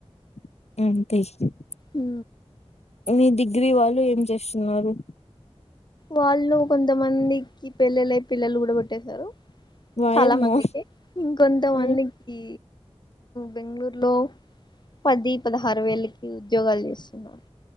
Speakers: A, on the left; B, on the left.
A: <unintelligible>
B: ఉ
A: మీ డిగ్రీ వాళ్ళు ఏం చేస్తున్నారు
B: వాళ్ళు కొంతమందికి పెళ్ళిళ్ళై పిల్లలు కూడా పు ట్టేశారు
A: వాయమ్మో
B: చాలా మందికి ఇంకొంత మందికి
A: మ్
B: బెంగళూరు లో పది పదహారు వేలకి ఉద్యోగాలు చేస్తున్నాను